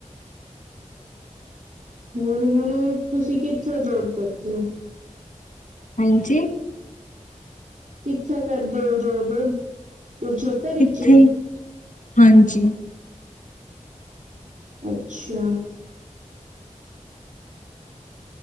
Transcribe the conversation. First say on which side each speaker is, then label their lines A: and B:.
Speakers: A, on the right; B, on the left.
A: ਹੋਰ ਹੁਣ, ਤੁਸੀਂ ਕਿੱਥੇ ਜੋਬ ਕਰਦੇ ਹੋ।
B: ਹਾਂਜੀ।
A: ਕਿੱਥੇ ਕਰਦੇ ਓ ਜੋਬ, ਕੁਰੂਕਸ਼ੇਤਰ ਵਿੱਚ।
B: ਇੱਥੇ ਹੀ ਹਾਂਜੀ <inaudible>
A: ਅੱਛਾ।